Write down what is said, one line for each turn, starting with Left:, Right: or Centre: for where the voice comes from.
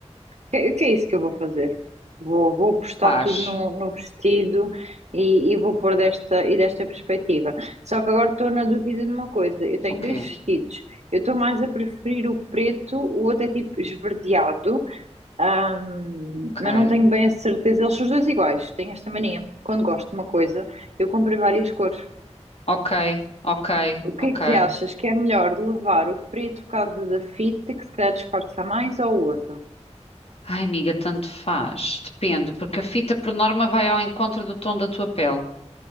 Right: que, que é isso que eu vou fazer? Vou, vou postar
Left: Paz.
Right: tudo no, no vestido e, e vou pôr desta, e desta perspectiva. Só que agora estou na dúvida de uma coisa. Eu tenho
Left: Ok,
Right: dois vestidos. Eu estou mais a preferir o preto, o outro é tipo esverdeado, ahm,
Left: ok,
Right: mas não tenho bem a certeza. Eles são os dois iguais. Tenho esta mania. Quando gosto de uma coisa, eu comprei várias cores.
Left: ok, ok,
Right: O que
Left: ok.
Right: é que achas que é melhor de levar o preto por causa da fita, que se calhar disfarça mais, ou o outro?
Left: Ai, amiga, tanto faz. Depende, porque a fita por norma vai ao encontro do tom da tua pele,